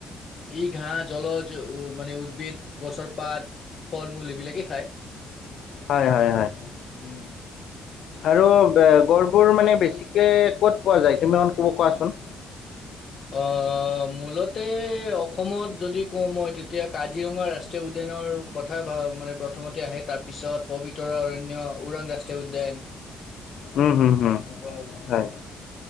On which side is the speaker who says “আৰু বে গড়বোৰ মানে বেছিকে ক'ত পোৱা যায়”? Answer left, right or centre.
Left